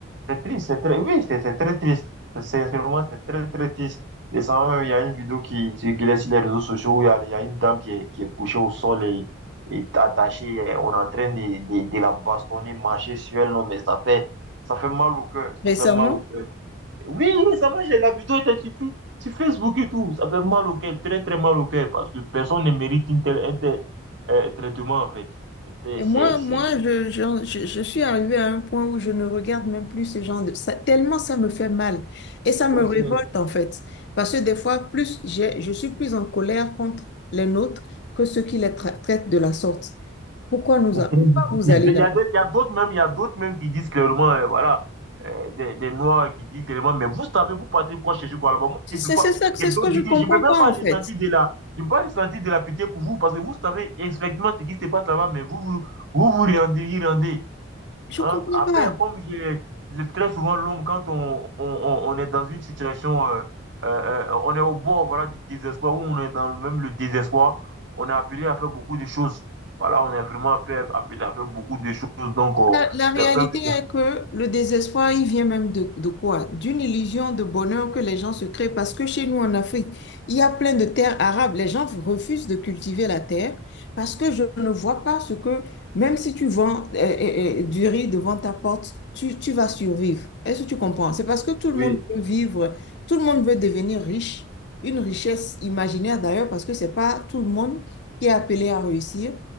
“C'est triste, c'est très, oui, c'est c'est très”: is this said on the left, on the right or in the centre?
Right